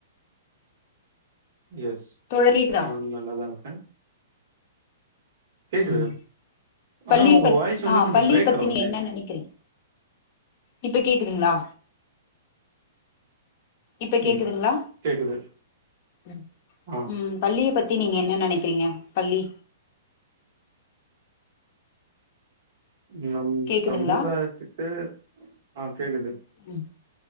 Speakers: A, on the right (about 55°); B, on the left (about 45°).
A: எஸ்
B: தோழர் கேக்குதா
A: நானு நல்லாதா இருக்கே கேக்குது
B: ம் பள்ளிய
A: ஆனா உங்க
B: பத்
A: வாய்ஸ் வந்து
B: ஆ
A: கொஞ்சோ
B: பள்ளிய
A: பிரேக்
B: பத்தி
A: ஆவுது
B: நீங்க என்னா நெனக்கிறீங்க இப்ப கேக்குதுங்ளா இப்ப கேக்குதுங்ளா
A: ம் கேக்குது
B: ம்
A: ஆ
B: ம் பள்ளிய பத்தி நீங்க என்ன நெனைக்கிறீங்க பள்ளி
A: நம்
B: கேக்குதுங்களா
A: சமுகத்துக்கு ஆ கேக்குது
B: ம்